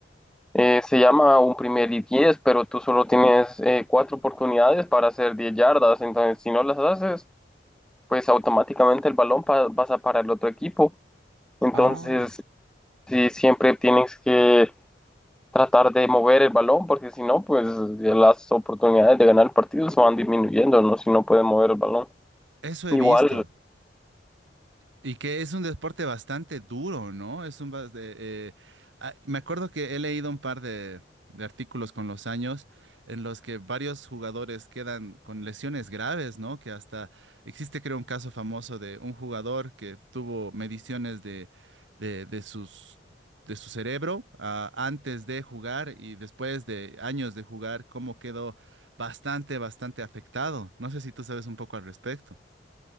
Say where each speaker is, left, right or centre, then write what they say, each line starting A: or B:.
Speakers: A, in the centre; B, on the right.
A: eh, se llama un primer y diez, pero tú solo tienes eh, cuatro oportunidades para hacer diez yardas. Entonces, si no las haces, pues automáticamente el balón pa- pasa para el otro equipo. Entonces,
B: Oh.
A: sí, siempre tienes que tratar de mover el balón, porque si no, pues las oportunidades de ganar el partido se van disminuyendo, ¿no? Si no puedes mover el balón.
B: Eso he
A: Igual
B: visto. Y que es un deporte bastante duro, ¿no? Es un bas- de, eh, ah, me acuerdo que he leído un par de, de artículos con los años en los que varios jugadores quedan con lesiones graves, ¿no? Que hasta existe, creo, un caso famoso de un jugador que tuvo mediciones de, de, de sus, de su cerebro, ah, antes de jugar y después de años de jugar, cómo quedó bastante, bastante afectado. No sé si tú sabes un poco al respecto.